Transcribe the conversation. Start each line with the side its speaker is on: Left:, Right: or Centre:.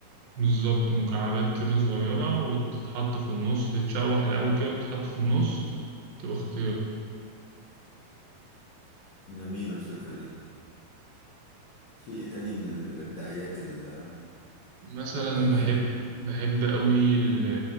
Right: بالظبط مكعبات كده صغيرة وتتحط في النص تتشوح الأول كده وتتحط في النص تبقى خطيرة
Left: جميلة الفكرة دي في إيه تاني من الإبداعيات ال-
Right: مثلا
Left: الطبخة
Right: بحب
Left: دي
Right: بحب قوي ال-